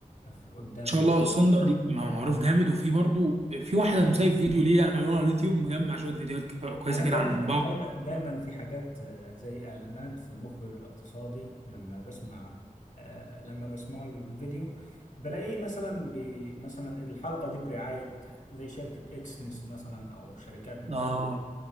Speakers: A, on the left (about 60°); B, on the right (about 50°).
A: في- قدامي
B: شاء الله سندر ما هو معروف جامد وفي برضه في واحد انا مسايب فيديو ليه يعني عاملينه على اليوتيوب مجمع شويه فيديوهات كويسه
A: انا دايما
B: كده عن بعض
A: دايما دايما في حاجات آه، زي اعلانات في المخبر الاقتصادي لما بسمع آه، لما بسمع له الفيديو بلاقيه مثلا ب... مثلا الحلقة دي برعاية زي شركة اكسنس مثلا او شركات مختلفة
B: اه